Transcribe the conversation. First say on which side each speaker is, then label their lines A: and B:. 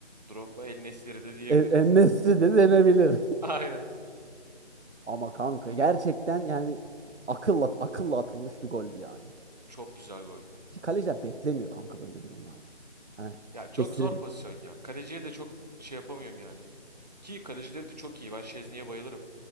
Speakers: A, on the right (about 35°); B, on the right (about 75°).
A: Drogba El Nesiri de diyebiliriz.
B: E, En En-Nesyri de denebilir.
A: Aynen.
B: <laughs> Ama kanka gerçekten yani akılla, akılla atılmış bir goldü yani.
A: Çok güzel goldü.
B: Kaleciler beklemiyor kanka böyle durumlarda. Hani
A: Ya çok
B: kestiremiyor.
A: zor pozisyon ya. Kaleciye de çok şey yapamıyorum yani. Ki kalecileri de çok iyi. Ben Şezni'ye bayılırım.